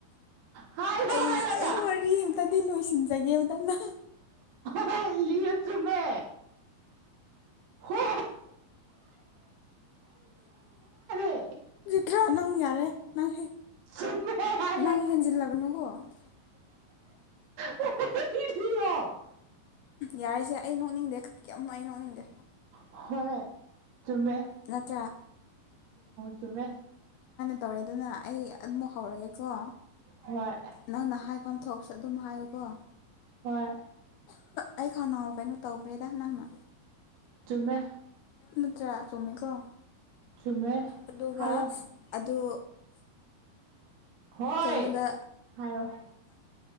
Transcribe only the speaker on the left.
ꯑꯩ
ꯑꯩ ꯋꯥꯅꯤ ꯇꯗꯤ ꯂꯣꯏꯁꯤꯟꯖꯒꯦꯕ ꯅꯅ
ꯅꯠꯇ꯭ꯔꯥ ꯅꯪ ꯌꯥꯔꯦ ꯅꯪ
ꯅꯪ ꯍꯦꯟꯖꯤꯜꯂꯒꯅꯨꯀꯣ
ꯌꯥꯔꯤꯁꯦ ꯑꯩ ꯅꯣꯛꯅꯤꯡꯗꯦ ꯀꯨ ꯑꯩ ꯅꯣꯛꯅꯤꯡꯗꯦ
ꯅꯠꯇ꯭ꯔꯥ
ꯇꯧꯔꯦ ꯑꯗꯨꯅ ꯑꯩꯝ ꯍꯧꯔꯒꯦꯀꯣ
ꯅꯪꯅ ꯍꯥꯏꯐꯝ ꯊꯣꯛ ꯁ ꯑꯗꯨꯝ ꯍꯥꯏꯌꯣꯀꯣ
ꯑꯩ ꯈꯅꯥꯎ ꯀꯩꯅꯣ ꯇꯧꯈ꯭ꯔꯦꯗ ꯅꯪꯅ
ꯅꯠꯇ꯭ꯔꯥ ꯆꯨꯝꯃꯦꯀꯣ
ꯑꯗꯨꯒ
ꯑꯗꯨ
ꯀꯩꯅꯣꯗ